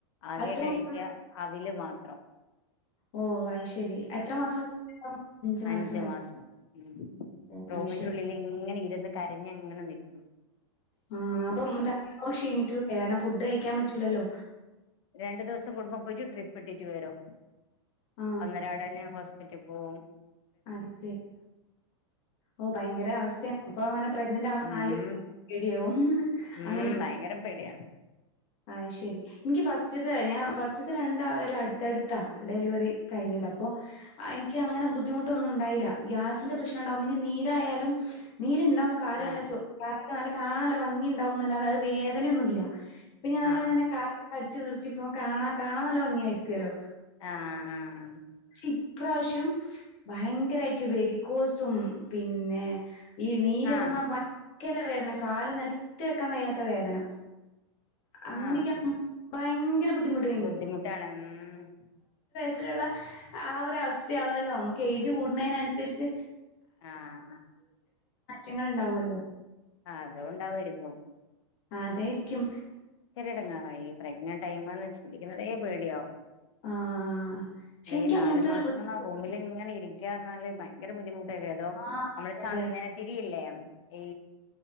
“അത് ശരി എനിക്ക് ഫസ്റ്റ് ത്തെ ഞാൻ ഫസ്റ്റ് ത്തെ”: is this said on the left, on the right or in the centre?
Left